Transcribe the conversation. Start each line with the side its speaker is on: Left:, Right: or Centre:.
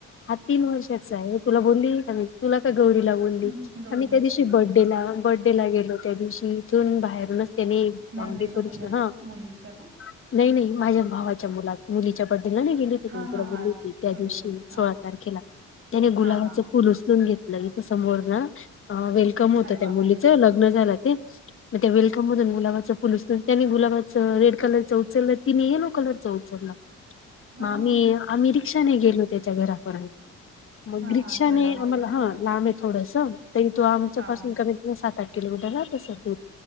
Left: हा तीन वर्षाचाय तुला बोलली का मी तुला का गौरी ला बोलली
Right: हं, गौरीला
Left: आम्ही त्या
Right: असेल
Left: दिवशी बर्डेला बड्डेला गेलो त्या दिवशी इथून बाहेरूनच त्यानी गाडी
Right: नंदेच्या
Left: करूस
Right: मुला
Left: ना
Right: मुलीच्या का
Left: हा नही नही माझ्या भावाच्या मुलात मुलीच्या बड्डेला नई. गेली होती की
Right: हा
Left: मी तुला
Right: हा
Left: बोलली
Right: हा
Left: होती त्या
Right: सॉरी
Left: दिवशी
Right: सॉरी हा
Left: सोळा तारखेला त्याने गुलाबाच
Right: हा हा
Left: फुल उचलून घेत म्हटलं इथ समोर ना वेलकम होत
Right: अरे
Left: त्या
Right: बापरे!
Left: मुलीच लग्न झालं ते मग त्या वेल्कम मधून गुलाबाचं फुल उचलून त्यानी गुलाबाच रेड कलरच उचललं तिनि यलो कलरच उचलला
Right: हां,
Left: म आम्ही आम्ही रिक्षाने गेलो त्याच्या घरापर्यंत मग
Right: हां,
Left: रिक्षाने
Right: हां. थोडं लांब
Left: आम्हाला
Right: आहे का घर?
Left: हा लांब ये थोडस त इथून आमच्या
Right: हां.
Left: पाासून
Right: हां.
Left: कमीत कमी सात आठ किलोमीटर राहत असलं दूर